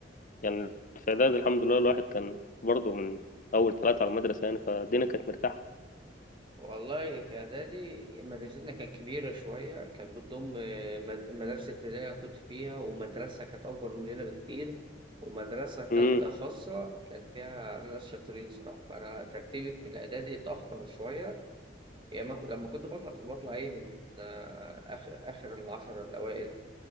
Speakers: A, on the left; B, on the right.
A: يعني في إعدادي الحمد لله الواحد كان برضه من أول ثلاثة على المدرسة يعني فالدنيا كانت مرتاحة
B: والله في إعدادي مدرستنا كانت كبيرة شوية كانت بتضم آه، مد- مدرسة ابتدائية كنت فيها ومدرسة كانت أكبر مننا بكتير ومدرسة تالتة
A: امم
B: خاصة كانت فيها ناس شاطرين صراحة فأنا ترتيبي في الإعدادي اتأخر شوية يا إما كنت- لما كنت بطلع كنت بطلع إيه من آه، آخر آخر العشرة الأوائل